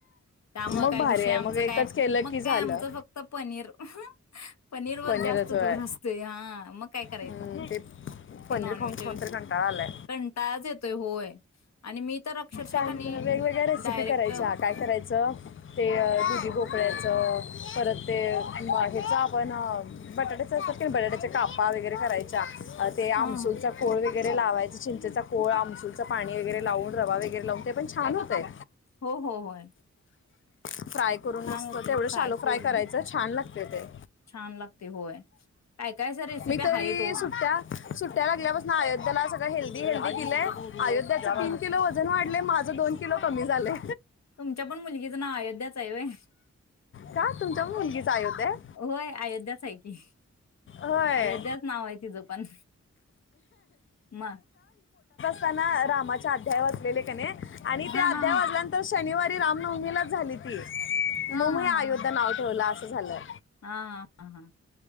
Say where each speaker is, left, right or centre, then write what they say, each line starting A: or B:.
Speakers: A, on the left (about 65°); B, on the left (about 45°).
A: त्यामुळे
B: मग
A: काय
B: भारी
A: विषय
B: आहे
A: आमचं
B: मग एकच
A: काय
B: केलं
A: मग
B: की झालं
A: काय आमचं फक्त पनीर पनीर वर
B: पनीरच
A: जास्त
B: होय
A: जोर असत. हा मग काय करायचं
B: हम्म, ते
A: त्या
B: पनीर
A: नॉनव्हेजच्या
B: खाऊन खाऊन तर कंटाळा
A: <unintelligible>
B: आलाय
A: कंटाळाच येतोय होय. आणि मी तर अक्षरशः
B: काय
A: कणी
B: म्हर वेगवेगळ्या रेसिपी
A: डायरेक्ट
B: करायच्या काय करायचं ते दुधी भोकळ्याचं परत ते ह्याचा आपण बटाट्याच अस बटाट्याच्या कापा वगैरे करायच्या ते
A: हा
B: आमसूलचा खोळ वगैरे लावायचा चिंचेचा कोळ आमसूलं पाणी वगैरे लावून रवा वगैरे वगैर लावून ते पण छान होतय.
A: हो हो होय
B: फ्राय करून
A: छान
B: मस्त
A: होते
B: तेवढं शालो फ्राय
A: करून
B: करायचं छान लागतय. ते
A: छान लागते होय काय काय सर रेसिपी
B: मी
A: आहेत
B: तरी
A: ओ
B: सुट्ट्या सुट्ट्या लागल्यापासून अयोध्येला सगळं हे <unintelligible> अयोध्याचा
A: हा
B: तीन किलो वजन वाढलय माझ दोन किलो कमी झालय.
A: तुमच्या पण मुलगीचं नाव अयोध्याच आहे होय
B: का तुमच्या मुलगीचा अयोध्या आहे?
A: होय अयोध्याच आहे की
B: होय
A: अयोध्याच नाव आहे तिचं पण म
B: रामाच्या अध्यायावर लेले कनी आणि
A: हा
B: ते अध्याय
A: हा
B: वाचल्यानंतर शनिवारी रामनवमीला झाली ती
A: हा हा
B: मग मग
A: हा
B: ह
A: हा
B: अयोध्या नाव ठेवलं अस झालं
A: हा हा हा